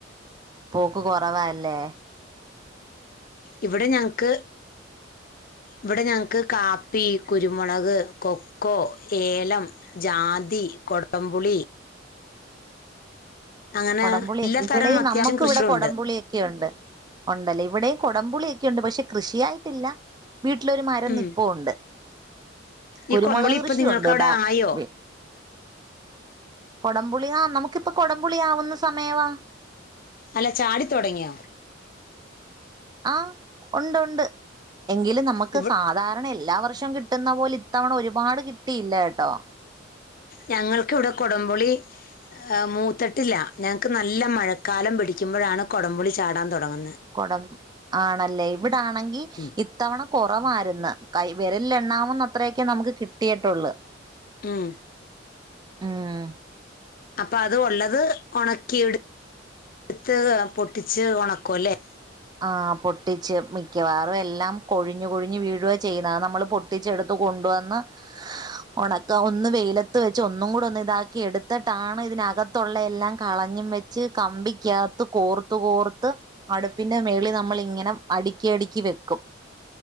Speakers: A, on the right; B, on the left.
A: പോക്ക് കൊറവാല്ലേ.
B: ഇവിടെ ഞങ്ങക്ക് ഇബെടെ ഞങ്ങക്ക് കാപ്പി, കുരുമുളക്, കൊക്കോ, ഏലം ജാതി, കൊടംപുളി, അങ്ങനെ
A: കൊടമ്പപുളിക്ക്
B: എല്ലാത്തരം
A: ഇവിടെയും
B: അത്യാവശ്യം
A: നമക്ക്
B: കൃഷിയുണ്ട്
A: ഇവിടെ കൊടപുളിയെ ഒക്കെയുണ്ട്. ഉണ്ടല്ലേ ഇവിടെയും കൊടംപുളിയൊക്കെ ഉണ്ട്. പക്ഷെ കൃഷിയായിട്ടില്ല. വീട്ടിലൊരു മരം
B: ഉം
A: നിപ്പോണ്ട് കുരുമുളക്
B: ഈ കൊടംപുളി
A: കൃഷിയുണ്ട്
B: ഇപ്പൊ നിങ്ങൾക്ക് അവിടെ
A: ബാ
B: ആയോ
A: ബി. കൊടംപുളി ആഹ് നമുക്കിപ്പ കൊടംപുളി ആവുന്ന സമയവാ.
B: അല്ല ചാടിത്തൊടങ്ങിയോ.
A: ആഹ് ഉണ്ട് ഉണ്ട്. എങ്കിലും നമക്ക്
B: ഇവ-
A: സാധാരണ എല്ലാ വർഷവും കിട്ടുന്ന പോലെ ഇത്തവണ ഒരുപാട് കിട്ടിയില്ലാട്ടോ.
B: ഞങ്ങൾക്കിവിടെ കൊടംപുളി ആ മൂത്തട്ടില്ല. ഞങ്ങക്ക് നല്ല മഴക്കാലം പിടിക്കുമ്പഴാണ് കൊടംപുളി ചാടാൻ തൊടങ്ങുന്നെ.
A: കൊടം ആണെല്ലേ ഇവിട ആണെങ്കി.
B: ഉം.
A: ഇത്തവണ കൊറവാര്ന്ന്. കൈ വെരലില് എണ്ണാവുന്ന അത്രയൊക്കെ നമുക്ക് കിട്ടിയിട്ടുള്ള്.
B: ഉം
A: ഉം
B: അപ്പൊ അത് ഉള്ളത് ഒണക്കി ഇടു ഇടുത്ത് പൊട്ടിച്ച് ഒണക്കു അല്ലേ.
A: ആ പൊട്ടിച്ച് മിക്കവാറും എല്ലാം കൊഴിഞ്ഞു കൊഴിഞ് വീഴ്വ ചെയ്ണത് അത് നമ്മള് പൊട്ടി.. ട്ടിച്ചെടുത്ത് കൊണ്ടുവന്ന്. ഉണക്കുക ഒന്ന് വെയിലത്ത് വെച്ച് ഒന്നും കൂടി ഒന്ന് ഇതാക്കി എടുത്തിട്ടാണ് ഇതിനക കത്തുള്ള എല്ലാം കളഞ്ഞും വെച്ച് കമ്പിക്കകത്ത് കോർത്ത് കോർത്ത് അടു പിന്നെ മേളിൽ നമ്മള് ഇങ്ങനെ അടുക്കി അടുക്കി വെക്കും